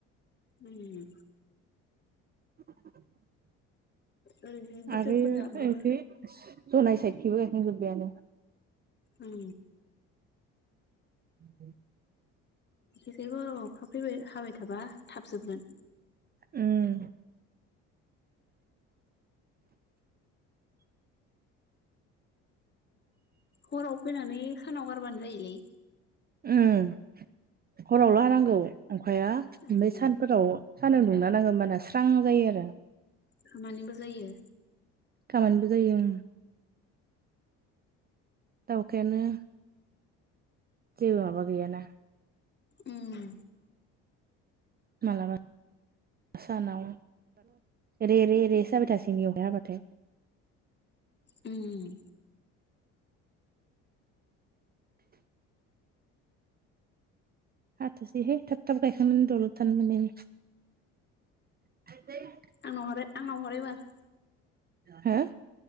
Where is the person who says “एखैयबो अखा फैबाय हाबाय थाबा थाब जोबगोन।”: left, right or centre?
Left